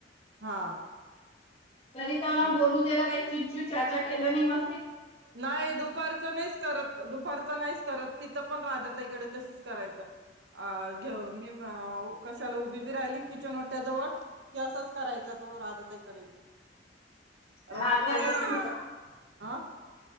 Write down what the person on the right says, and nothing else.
हा.
ब
नाही दुपारचं नाहीच करत, दुपारच नाहीच करत. तिथं पण, राधा ताईकडे तशीच करायचा आ घेव मी मावू. कशाला उभी बी राहिली किचन ओट्या जवळ की, असाच करायचा, तो राधा ताईकडे बी. राधा
ताईकडे
पणं आ.